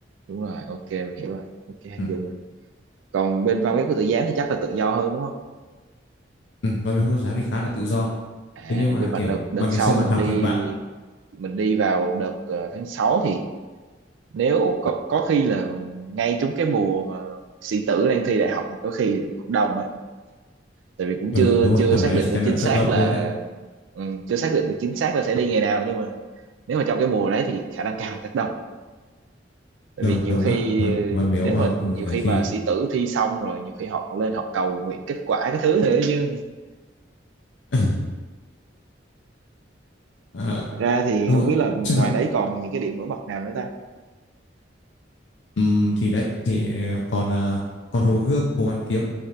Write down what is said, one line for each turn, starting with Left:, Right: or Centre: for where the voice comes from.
Right: đúng rồi ok mình hiểu rồi ok hình
Left: ừ.
Right: dung rồi còn bên văn viết của tự giám thì chắc là tự do hơn đúng không
Left: Ừ. văn miếu quốc giáo thì khá là tự do
Right: à
Left: thế nhưng mà
Right: nhưng mà
Left: kiểu
Right: đợt đợt
Left: bạn
Right: sau
Left: ngày xưa bạn
Right: mình
Left: học
Right: đi
Left: thì bạn
Right: mình đi vào đợt ờ, tháng 6 thì nếu có, có khi là ngay trúng cái mùa mà sĩ tử đang thi đại học có khi cũng đông ấy tại vì cũng
Left: ừ,
Right: chưa
Left: đúng rồi
Right: chưa
Left: tầm
Right: xác
Left: đấy
Right: định
Left: chắc
Right: được
Left: chắn
Right: chính
Left: là rất
Right: xác
Left: đông
Right: là
Left: luôn đấy
Right: ừ, chưa xác định được chính xác là sẽ đi ngày nào nhưng mà nếu mà trong cái mùa đấy thì khả năng cao chắc đông tại
Left: đông
Right: vì nhiều
Left: đông
Right: khi
Left: lắm văn, văn miếu
Right: nếu
Left: và
Right: mà
Left: và
Right: nhiều khi
Left: thì
Right: mà sĩ tử thi xong rồi nhiều khi họ còn lên họ cầu nguyện kết quả cái thứ thế chứ
Left: <coughs> <laughs> à,
Right: ngoài ra thì
Left: đúng
Right: không
Left: rồi
Right: biết là ngoài
Left: chắc là
Right: đấy còn những cái điểm nổi bật nào nữa ta
Left: ừm, thì đấy thì ờ, còn ờ, còn Hồ Gươm Hồ Hoàn Kiếm